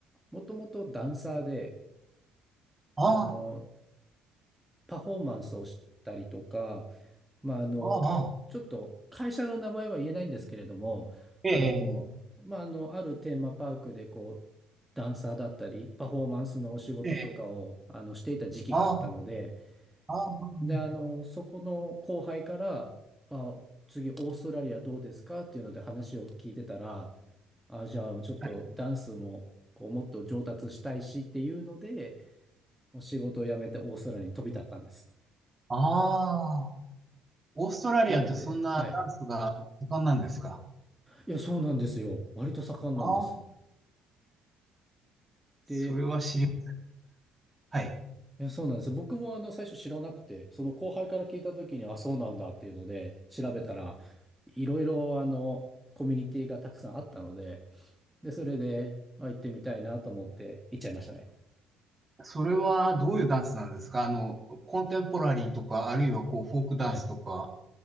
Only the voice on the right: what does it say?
ああ、
ああ、ああ
ええ、
ええ、
ああ、ああ、うんうん。
はい。
ああ、オーストラリアってそんなダンスが盛んなんですか。
ああ、それは知りま、
はい。
それはどういうダンスなんですかあの、コンテンポラリーとか、あるいはこう、フォークダンスとか、